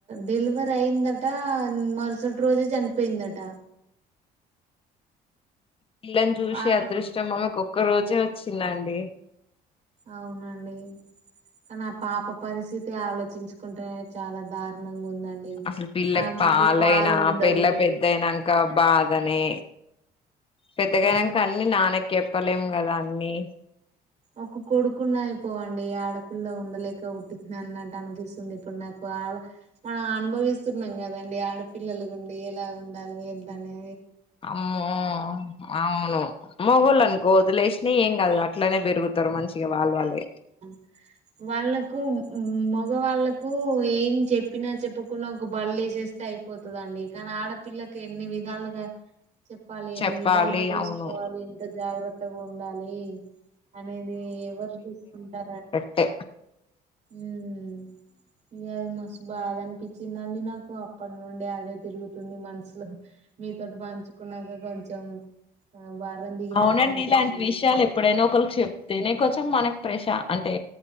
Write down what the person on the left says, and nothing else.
పిల్లని చూసే
అదృష్టం
ఆమెకు ఒక్క రోజే వచ్చిందండి
అసలు పిల్లకి
పాలైనా
పిల్ల పెద్దయినాం కా బాధనే పెద్దగా
అయినంక అన్ని నాన్నకే చెప్పలేం కదా అన్నీ
అమ్మో అవును మొగోళ్లను గోతిలే యేసినా ఏం గాదు అట్లనే పెరుగుతారు మంచిగా వాళ్ళు వాళ్ళే
చెప్పాలి
అవును
టె
అవునండి
ఇలాంటి విషయాలు ఎప్పుడైనా ఒకళికి చెప్తేనే కొంచెం మనకు ప్రశా అంటే